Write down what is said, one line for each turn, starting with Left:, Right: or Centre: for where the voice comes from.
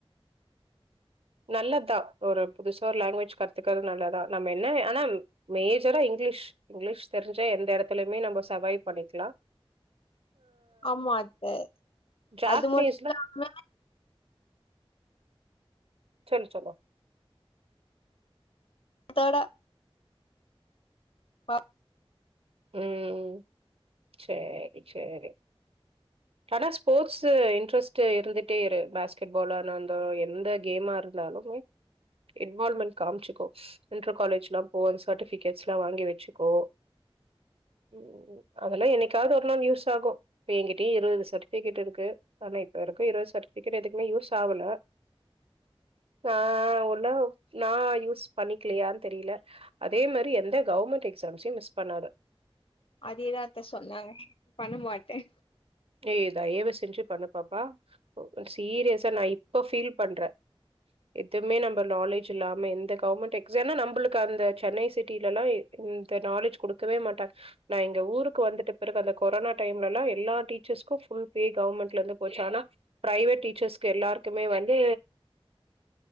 Right: நல்லத்தா ஒரு புதுசா ஒரு லாங்வேஜ் கத்துக்கறது நல்லத்தா நம்ம என்ன ஆனாம மேஜரா இங்கிலீஷ் இங்கிலீஷ் தெரிஞ்ஜா எந்த இடத் துலயுமே நம்ம சர்வைவ் பண்ணிக்லா
Left: ஆமா அத்த
Right: ஜாப்பனீஸ்ல
Left: அது மட்டோ <unintelligible> ஆம
Right: சொல்லு செல்லோ
Left: அதோட பா
Right: உம் சேரி சேரி ஆனா ஸ்போட்ஸு இன்ட்ரெஸ்ட்டு இருந்துட்டே இரு பாஸ்கெட்பாலானா அந்த எந்த கேமா இருந்தாலு மே இன்வால்மெண்ட் காமிச்சுக்கோ இன்டர் காலேஜ்லாம் போ சர்ட்டிபிகேட்ஸ்ல்லா வாங்கி வெச்சுக்கோ உம் அதெல்லா என்னைக்காவது ஒரு நாள் யூஸ் ஆகு இபே எங்கிட்டயே இருவது சர்ட்டிபிகேட் இருக்கு ஆனா இப்ப இருக்கு இருவது சர்ட்டிபிகேட் எதுக்குமே யூஸ் ஆவுல ஆ <unintelligible> நா யூஸ் பண்ணிக்கலயான்னு தெரியல அதே மாரி எந்த கவர்மெண்ட் எக்ஸாம்ஸையு மிஸ் பண்ணாத
Left: அதேதாத்த சொன்னாங்க பண்ணமாட் ட
Right: ஏய் தயவு செஞ்சு பண்ணு பாப்பா சீரியஸா நா இப்ப ஃபீல் பண்ற எதுமே நம்ப நாலேஜ் இல்லாம எந்த கவர்மென்ட் எக்ஸா நம்ளுக்கு அந்த சென்னை சிட்டிலல்ல இந்த நாலெஜ் குடுக்கவே மாட்டங்க நா எங்க ஊருக்கு வந்துட்ட பிறகு அந்த கொரோனா டைம்லல்லா எல்லா டீ <unintelligible> ஃபுல் பே கவர்மென்ட்லருந்து போச்சு ஆனா பிரைவேட் டீச்சர்ஸ் எல்லாருக்குமே வந்து